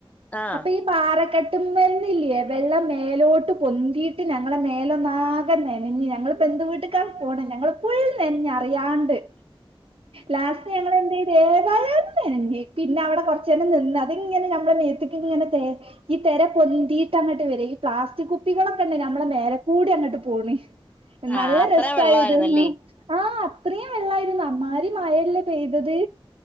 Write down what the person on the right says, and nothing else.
അപ്പൊ ഈ പാറക്കെട്ട <unintelligible> ഇല്ലേ വെള്ളം മേലോട്ട് പൊന്തിയിട്ട് ഞങ്ങളെ മേലൊ ഒന്നാകന്നെ- നഞ്ഞു ഞങ്ങൾ ബന്ധു വീട്ട്ക്ക് ക്കാ പോണേ ഞങ്ങൾ ഫുൾ നനഞ്ഞു അറിയണ്ട് ലാസ്റ്റ് ഞങ്ങൾ എന്ത്ചെയ്ത് നല്ലോണം നനഞ്ഞ് പിന്നെ അവിടെ കൊറച്ചുെ നിന്ന് അത്ങ്ങനെ നമ്മുടെ മേത്തക്ക ഇങ്ങനെ ഈ തിര പൊന്തിയിട്ട് അങ്ങോട്ട് വര ഈ പ്ലാസ്റ്റിക് കുട്ടികളൊക്കെന്നെ നമ്മളെ മേലക്കൂടി അങ്ങട്ട പോണി
നല്ല
രസായിരുന്നു
ആഹ് പ്രിയ എല്ലായിരുന്നൊ അമ്മാരി മഴയല്ലേ പെയ്തത്